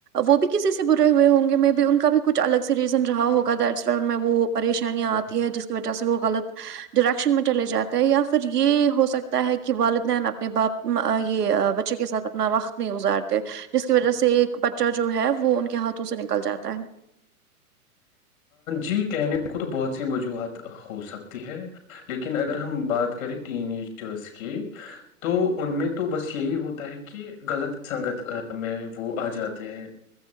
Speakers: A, on the right (about 85°); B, on the left (about 65°).
A: وہ بھی کسی سے برے ہوئے ہوں گے میں بھی ان کا بھی کچھ الگ سے ریز رہا ہوگا د اس ف میں وہ پریشانیاں آتی ہے جس کی وجہ سے وہ غلط ڈائریکشن میں چلے جاتے ہیں یا پھر یہ ہو سکتا ہے کہ والدین اپنے باپ یہ بچے کے ساتھ اپنا وقت نہیں گزارتے جس کی وجہ سے ایک بچہ جو ہے وہ ان کے ہاتھوں سے نکل جاتا ہے
B: جی کہنے کو تو بہت سی وجوہات ہو سکتی ہے لیکن اگر ہم بات کریں ٹین ایجرس کی تو ان میں تو بس یہی ہوتا ہے کہ غلط سنگت میں وہ آ جاتے ہیں